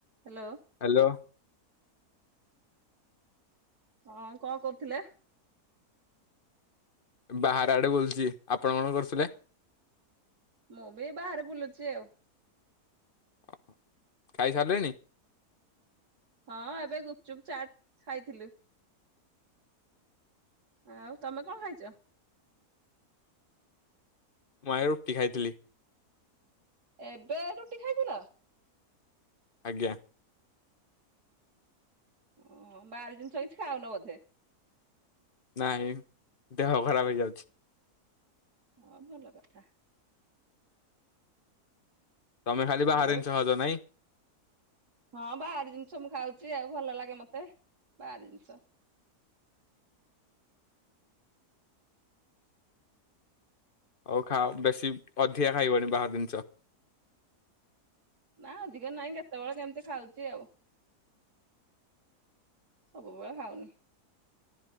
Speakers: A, on the right; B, on the left.
A: Hello
B: hello
A: ହଁ କଣ କରୁଥିଲେ?
B: ବାହାର ଆଡେ ବୁଲୁଛି ଆପଣ କଣ କରୁଥିଲେ?
A: ମୁଁ ବି ବାହାରେ ବୁଲୁଛି ଆଉ।
B: ଓ ଖାଇସାରିଲେଣି।
A: ହଁ ଏବେ ଗୁପଚୁପ ଚାଟ ଖାଇଥିଲୁ। ଆଉ ତମେ କଣ ଖାଇଛ?
B: ମୁଁ ଆଜ୍ଞା ରୁଟି ଖାଇଥିଲି।
A: ଏବେ ରୁଟି ଖାଇଥିଲ।
B: ଆଜ୍ଞା
A: ଓହ ବାହାର ଜିନିଷ କିଛି ଖାଉନ ବୋଧେ।
B: ନାଇଁ ଦେହ ଖରାପ ହେଇଯାଉଛି।
A: ହଁ ଭଲ କଥା।
B: ତମେ ଖାଲି ବାହାର
A: ଆଉ
B: ଜିନିଷ ଖାଉଚ ନାଇଁ।
A: ହଁ ବାହାର ଜିନିଷ ମୁଁ ଖାଉଛି ଆଉ ଭଲ ଲାଗେ ମତେ ବାହାର ଜିନିଷ।
B: ହଉ ଖାଅ ବେଶୀ ଅଧିକା ଖାଇବନି ବାହାର ଜିନିଷ।
A: ନା ଅଧିକ ନାହିଁ କେତେବେଳେ କେମିତି ଖାଉଛି ଆଉ। ସବୁବେଳେ ଖାଉନି।